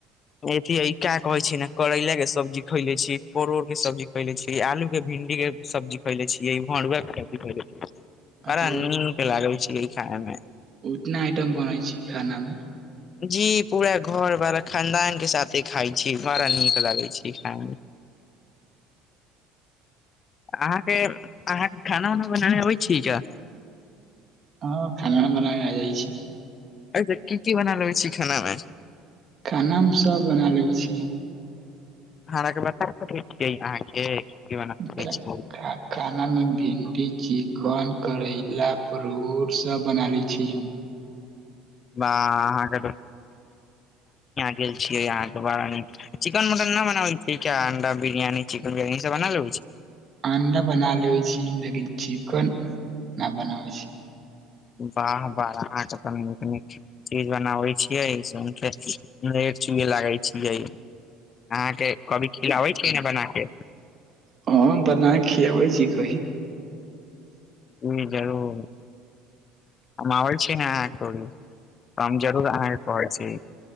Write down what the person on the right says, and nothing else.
अच्छा
ओतना आइटम बनै छै खानामे?
हँ, खाना बनाबै आबि जाइ छी।
खानामे सभ बना लै छियै हम।
खा,
खा, खाना में भिंडी चिकन करैला परोर सब बना ले छी हम
अंडा बना लेेबे छी लेकिन चिकन न बनावे छी
हँ बना खियाबै छी कही